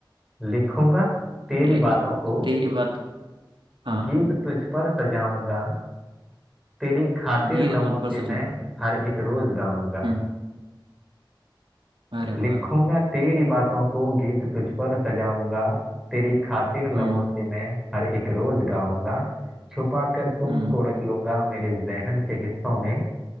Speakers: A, in the centre; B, on the right (about 85°).
A: लिखूंगा तेरी
B: ले-
A: बातों को
B: तेरी बात हाँ
A: गीत तुझ पर सजाऊंगा तेरी खातिर
B: गीत
A: लबों
B: तुझ
A: से
B: पर सजम
A: मैं हर एक रोज गाऊंगा
B: हम्म अरे
A: लिखूंगा
B: वाह
A: तेरी बातों को गीत तुझ पर सजाऊंगा तेरी खातिर
B: हम्म
A: लबों से मैं हर एक रोज गाऊंगा छुपा कर तुमको
B: हम्म
A: रख लूंगा मेरे जहन के हिस्सों में